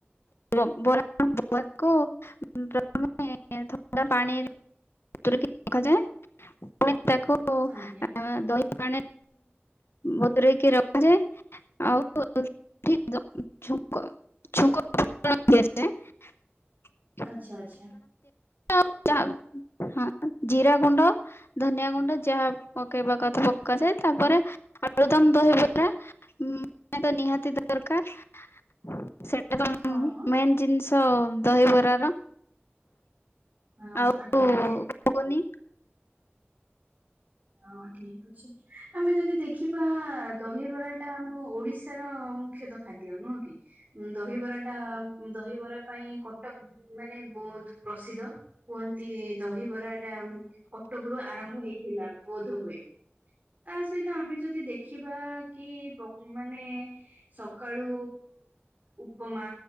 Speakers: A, on the left (about 70°); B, on the right (about 45°).
A: ବ ବରା ବରା କୁ ପ୍ରଥମେ ଏଁ ଏଁ ଥଣ୍ଡା ପାଣି ରେ ବତୁରେଇକି ରଖାଯାଏ। ଫୁଣି ତାକୁ
B: ଆଜ୍ଞା
A: ଆଁ ଦହି ପାଣେ ବତୁରେଇକି ରଖାଯାଏ। <unintelligible> <unintelligible>
B: ଆଚ୍ଛା ଆଚ୍ଛା।
A: <unintelligible> ହଁ ଜିରା ଗୁଣ୍ଡ ଧନିଆ ଗୁଣ୍ଡ ଯାହା ପକେଇବା କଥା ପକାଯାଏ ତାପରେ ଆଳୁଦମ୍ ଦହିବରା ମାନେ ତ ନିହାତି ଦରକାର। ସେଟା ତ
B: ହଁ
A: ମେନ୍ ଜିନିଷ ଦହିବରାର।
B: ହଁ
A: ଆଉ
B: ଆଜ୍ଞା ଆଜ୍ଞା।
A: ଘୁଗୁନି
B: ହଁ ଠିକ୍। ବୁଝି ଆମେ ଯଦି ଦେଖିବା ଦହିବରାଟା ଆମ ଓଡିଶାର ମୁଖ୍ୟ ଦ ଖାଦ୍ୟ ନୁହଁ କି? ଉଁ ଦହିବରା ଟା ଦହିବରା ପାଇଁ କଟକ ମାନେ ବହୁତ ପ୍ରସିଦ୍ଧ। କୁହନ୍ତି ଦହିବରା ଟା କଟକରୁ ଆରମ୍ଭ ହେଇଥିଲା। ବୋଧ ହୁଏ ତା ସହିତ ଆମେ ଯଦି ଦେଖିବା କି ପ୍ରୋ ମାନେ ସକାଳୁ ଉପମା,